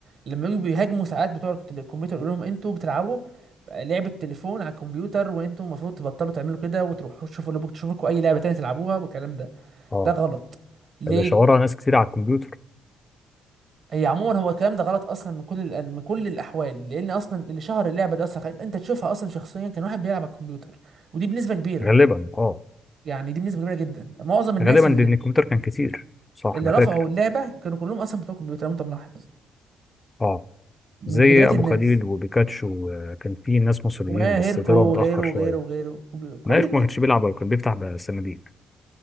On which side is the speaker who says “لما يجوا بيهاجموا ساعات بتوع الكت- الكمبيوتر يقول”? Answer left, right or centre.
Right